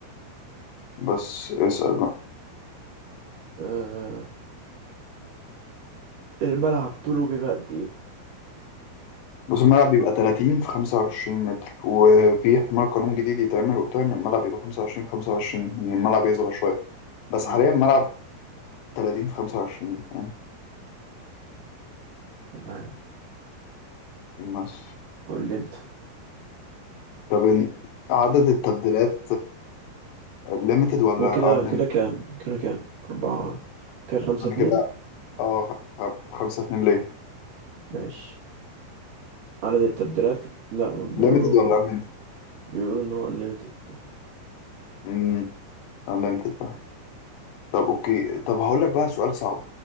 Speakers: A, on the left; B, on the right.
A: بس اسأل بقى
B: أه... الملعب طوله بيبقى قد ايه
A: بس الملعب بيبقى 30 في 25 متر وفي احتمال قانون جديد يتعمل وبتاع ان الملعب يبقى 25 في 25 يعني الملعب يصغر شوية بس
B: مم.
A: حاليا الملعب 30 في 25 فاهم
B: تمام
A: بس
B: قول لي انت
A: طب إن- عدد التبديلات ليميتد ولا
B: هو كده
A: unlimited؟
B: كده كام كده كام أربعة كده خمسة
A: انا
B: اتنين
A: كده اه خ- خ- خمسة اتنين ليه؟
B: ماشي عدد التبديلات لا ما بيقولوا
A: ليميتد ولا unlimited؟
B: بيقولوا ان هو unlimited
A: امم unlimited طب اوكي طب هقول لك بقى سؤال صعب